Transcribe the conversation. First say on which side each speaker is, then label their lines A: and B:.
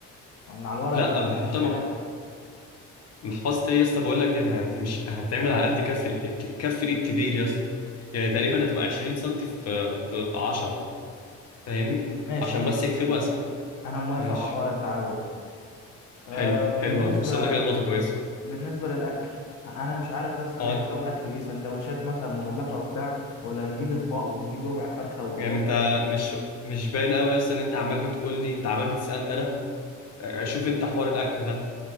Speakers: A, on the left; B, on the left.
A: مع الورق
B: لا
A: اللي ما بيتعملش
B: ما هحطها
A: بيه
B: مح-
A: حاجه
B: محفظة إيه يا اسطى بقول لك هت... مش هتعمل على قد كف ال... ك- كف الإيد كبير يا اسطى يعني تقريبا هتبقى 20 سم في في 10 فاهمني
A: ماشي
B: عشان
A: يا اسطى
B: بس يكتبوا أسماء
A: انا موافق
B: ماشي
A: على حوار الدعاوي ده أه
B: حلو
A: بالنسبه
B: حلو أوي وصلنا كده لنقطة كويسة
A: بالنسبة للأكل أنا مش عارف يس نعمل
B: أه
A: لهم أكل إيه سندوتشات مثلا مغلفة وبتاع ولا نجيب أطباق ونجيب ربع فرخة وبطاطس
B: يعني أنت
A: و...
B: مش مش باين أوي يا اسطى إن أنت عمال بتقول لي أنت عمال بتسألني أنا اه، شوف انت حوار الاكل ده